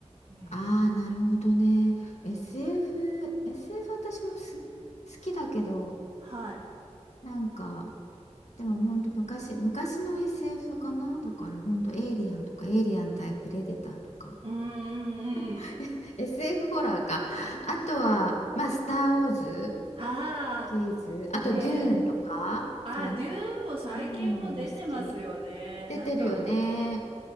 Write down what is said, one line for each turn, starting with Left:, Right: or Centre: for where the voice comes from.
Right: ねえ。
Left: ああ、なるほどね。SF、SF 私もす好きだけど、
Right: はい。
Left: なんか、でもほんと昔、昔の SF かな。だからほんとエイリアンとか、エイリアン対プレデターとか。
Right: うーん、うんうん。
Left: <laughs> SF ホラーか。あとは、まあ、スター・ウォーズ
Right: あ
Left: シリーズ。あと、
Right: あ、ねえ。
Left: デューンとか、
Right: ああ、
Left: さい
Right: デューンも最近も出てますよね。
Left: うん、お好き。出てるよね。
Right: なんか、